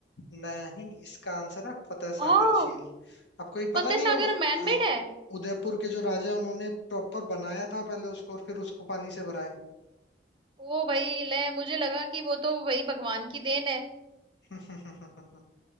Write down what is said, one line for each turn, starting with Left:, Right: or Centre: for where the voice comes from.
Left: नहीं इसका आंसर है फतेह सागर
Right: ओह
Left: झील आपको ये पता
Right: फतेह
Left: नहीं
Right: सागर
Left: है
Right: मैनमेड
Left: अ,
Right: है
Left: उदयपुर के जो राजा हैं, उन्होंने प्रॉपर बनाया था पहले उसको और फिर उसको पानी से भरा है
Right: ओ भाई ले मुझे लगा कि वो तो भाई भगवान की देन है
Left: <laughs> हाँ